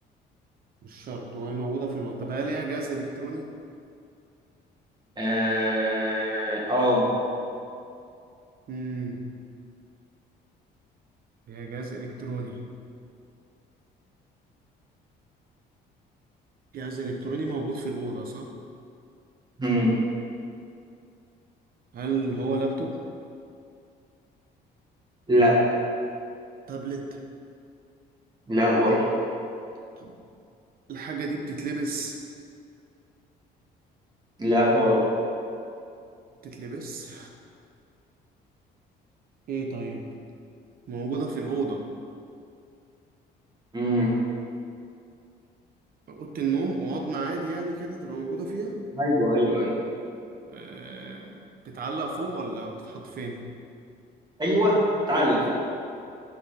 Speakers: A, on the right; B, on the right.
A: مش شرط وهي موجودة في الأوضة طب هل هي جهاز إلكتروني؟
B: أه أه
A: امم هي جهاز إلكتروني جهاز إلكتروني موجود في الأوضة صح؟
B: مم.
A: هل هو لابتوب؟
B: لا
A: تابلت؟
B: لا برضه
A: طب الحاجة دي بتتلبس؟
B: لا برضه
A: بتتلبس؟ إيه طيب؟ موجودة في الأوضة
B: مم.
A: أوضة النوم أوضنا عادي يعني كده تبقى موجودة فيها؟
B: أيوه أيوه أيوه
A: آه... بتتعلق فوق ولا بتتحط فين؟
B: أيوه تعلق فوق